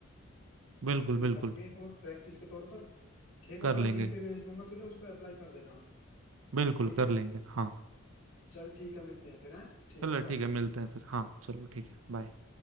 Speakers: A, on the right; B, on the left.
A: बिल्कुल
B: से
A: बिल्कुल
B: करेंगे एक और प्रैक्टिस के तौर पर ठीक
A: कर
B: और मैं
A: लेंगे
B: लिंक भी भेज दूंगा तुझे उसको अप्लाई कर देना
A: बिल्कुल
B: ठीक
A: कर
B: है
A: लेंगे हाँ
B: चल ठीक है मिलते हैं फिर हैं ठीक
A: चलो
B: है
A: ठीक
B: बाय
A: है मिलते हैं फिर हाँ चलो ठीक है बाय